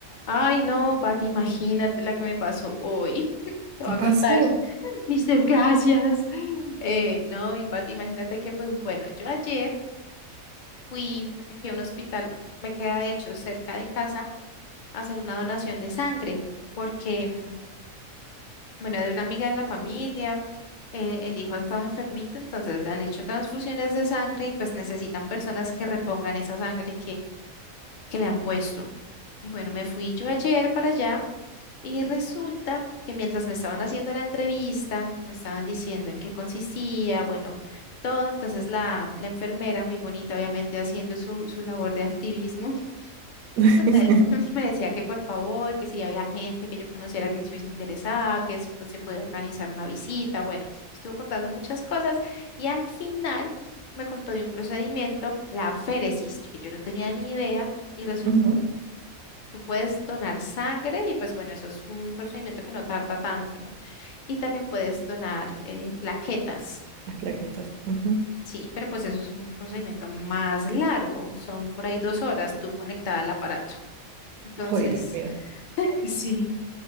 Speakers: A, on the left; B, on the right.
A: Ay, no, Pati, imagínate la que me pasó hoy. <laughs> Te
B: ¿Qué
A: voy a
B: pasó?
A: contar mis desgracias. Eh, no, y Pati, imagínate que, pues bueno, yo ayer fui aquí a un hospital, me queda de hecho cerca de casa, a hacer una donación de sangre, porque, mm, bueno, de una amiga de la familia, eh, el hijo ha estado enfermito, entonces le han hecho transfusiones de sangre y pues necesitan personas que repongan esa sangre que le han puesto. Y bueno, me fui yo ayer para allá y resulta que mientras me estaban haciendo la entrevista, me estaban diciendo en qué consistía, bueno, todo. Entonces la, la enfermera, muy bonita, obviamente, haciendo su, su labor de activismo,
B: <laughs>
A: <laughs> me decía que por favor, que si había gente que yo conociera que estuviese interesada, que si pues, se podía organizar una visita. Bueno, estuvo contando muchas cosas y al final me contó de un procedimiento, la féresis, que yo no tenía ni idea. Y resulta
B: Ujú,
A: Tú puedes donar sangre y pues bueno, eso es un procedimiento que no tarda tanto, ¿no? Y también puedes donar eh, plaquetas,
B: Las plaquetas. ujú.
A: sí, pero pues eso es un procedimiento más largo, son por ahí dos horas tú conectada al aparato. Entonces,
B: Ay, Dios mío.
A: Sí,